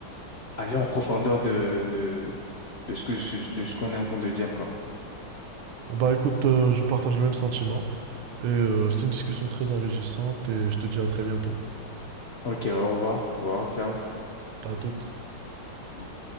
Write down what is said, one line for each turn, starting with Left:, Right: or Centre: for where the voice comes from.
Left: aller en profondeur de, de, de ce que, ce- de ce qu'on est en train de dire, quoi.
Right: Bon, Bah écoute, euh, je partage le même sentiment et euh, c'était une discussion très enrichissante et je te dis à très bientôt.
Left: Ok, au revoir. Au revoir, ciao.
Right: À toutes.
Left: Hmm.